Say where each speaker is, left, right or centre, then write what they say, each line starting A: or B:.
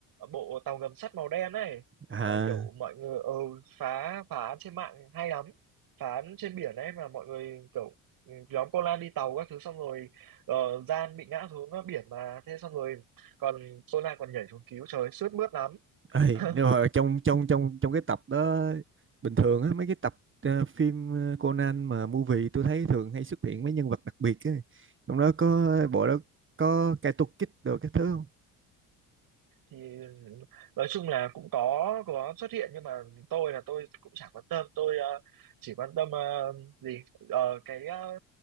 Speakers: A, on the right; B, on the right.
A: bộ tàu ngầm sắt màu đen ấy
B: À.
A: mà kiểu mọi người ừ, phá phá án trên mạng hay lắm. Phá án trên biển ấy mà mọi người kiểu ừ, nhóm cô Lan đi tàu các thứ xong rồi ờ, Gian bị ngã xuống ờ, biển mà thế xong rồi còn cô Lan còn nhảy xuống cứu trời ơi, sướt mướt lắm.
B: Ê,
A: <laughs>
B: nhưng mà trong trong trong trong cái tập đó bình thường á mấy cái tập ờ, phim ờ, Conan mà movie tôi thấy thường hay xuất hiện mấy nhân vật đặc biệt á. Trong đó có bộ đó có Kaito Kid đồ các thứ không?
A: thì nói chung là cũng có có xuất hiện nhưng mà tôi là tôi cũng chẳng quan tâm tôi ờ, chỉ quan tâm ờ, gì Ờ, cái ờ,